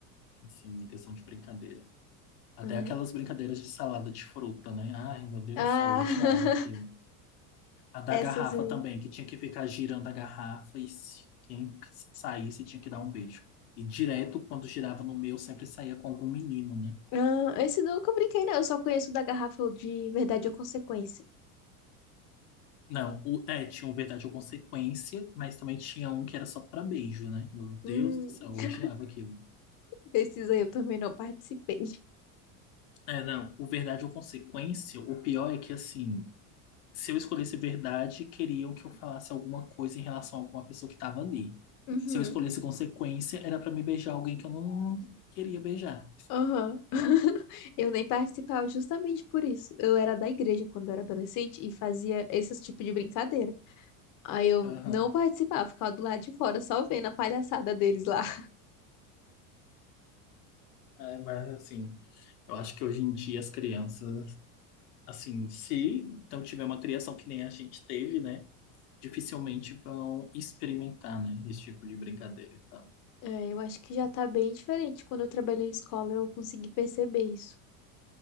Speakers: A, on the left; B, on the left.
A: assim, em questão de brincadeira. Até
B: Ai.
A: aquelas brincadeiras de salada de fruta, né? Ai, meu Deus
B: Ah,
A: do céu, eu odiava aquilo.
B: <laughs>
A: A da
B: essas
A: garrafa
B: aí.
A: também, que tinha que ficar girando a garrafa e se quem saísse tinha que dar um beijo. E direto, quando girava no meu, sempre saía com algum menino, né?
B: Ah, esse nunca eu brinquei, não. Eu só conheço o da garrafa de verdade ou consequência.
A: Não, o, é, tinha um verdade ou consequência, mas também tinha um que era só pra beijo, né? Meu
B: Hum,
A: Deus do céu, eu
B: <laughs>
A: odiava aquilo.
B: esses aí eu também não participei.
A: É, não, o verdade ou consequência, o pior é que, assim, se eu escolhesse verdade, queriam que eu falasse alguma coisa em relação a alguma pessoa que tava ali.
B: Uhum.
A: Se eu escolhesse consequência, era pra me beijar alguém que eu não queria beijar.
B: Aham. <laughs> Eu nem participava justamente por isso. Eu era da igreja quando eu era adolescente e fazia esse tipo de brincadeira. Aí eu
A: Aham.
B: não participava, ficava do lado de fora, só vendo a palhaçada deles lá. <laughs>
A: É, mas assim, eu acho que hoje em dia as crianças, assim, se não tiver uma criação que nem a gente teve, né, dificilmente vão experimentar, né, esse tipo de brincadeira e tal.
B: É, eu acho que já tá bem diferente. Quando eu trabalhei em escola, eu consegui perceber isso.